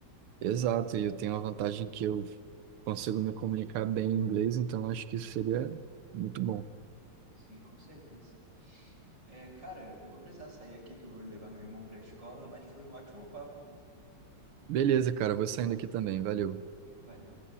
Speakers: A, on the right (about 85°); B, on the right (about 55°).
A: Exato, e eu tenho a vantagem que eu consigo me comunicar bem em inglês, então acho que isso seria muito bom.
B: Sim, com certeza. É, cara, eu vou precisar sair aqui que eu vou levar meu irmão pra escola, mas foi um ótimo papo.
A: Beleza, cara, vou saindo aqui também, valeu.
B: Valeu.